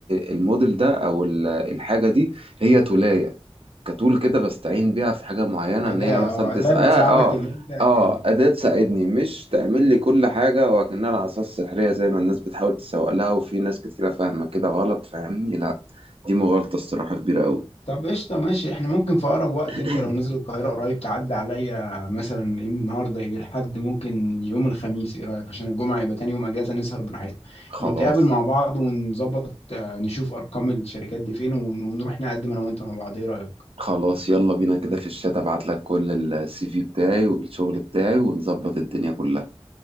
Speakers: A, on the right (about 65°); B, on the left (about 80°).
A: آه، الموديل ده او ال- الحاجة دي هي تولاية كتول كده بستعين بيها في حاجة معينة
B: أداة
A: ان هي مثلا
B: اه
A: تسأل
B: أداة بتساعدك
A: اه اه
B: إن أنت
A: اه
B: يعني
A: أداة تساعدني مش تعمل لي كل حاجة وكأنها العصا السحرية زي ما الناس بتحاول تسوق لها وفي ناس كتيرة فاهمة كده غلط فاهمني لا دي مغالطة الصراحة كبيرة أوي
B: طب قشطة ماشي احنا ممكن في أقرب وقت
A: <coughs>
B: انت لو نزل القاهرة قريب تعدي عليا مثلا ايه النهاردة ايه لحد ممكن يوم الخميس ايه رأيك عشان الجمعة يبقى تاني يوم أجازة نسهر براحتنا
A: خلاص
B: نتقابل مع بعض ونظبط آه، نشوف أرقام الشركات دي فين ون- ونروح نقدم أنا وأنت مع بعض ايه رأيك
A: خلاص يلا بينا كده في الشات ابعت لك كل السي في بتاعي والشغل بتاعي ونظبط الدنيا كلها